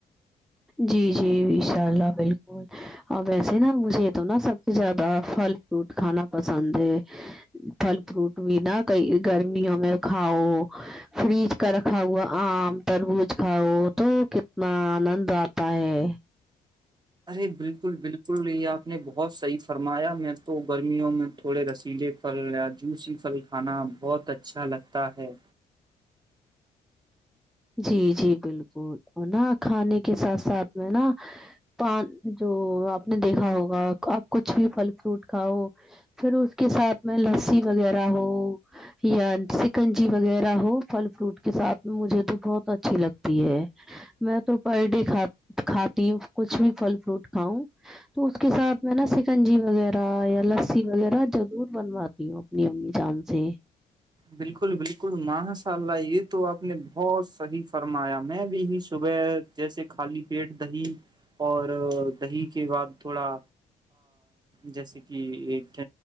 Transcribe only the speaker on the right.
ارے بالکل بالکل یہ آپ نے بہت صحیح فرمایا میں تو گ وں میں تھوڑے رسیلے پھل یا جوسی پھل کھانا بہت اچھا لگتا ہے
بالکل بالکل ماشاء اللہ یہ تو آپ نے بہت صحیح فرمایا میں بھی ہی صبح جیسے خالی پیٹ دہی اور دہی کے بعد تھوڑا جیسے کہ ایک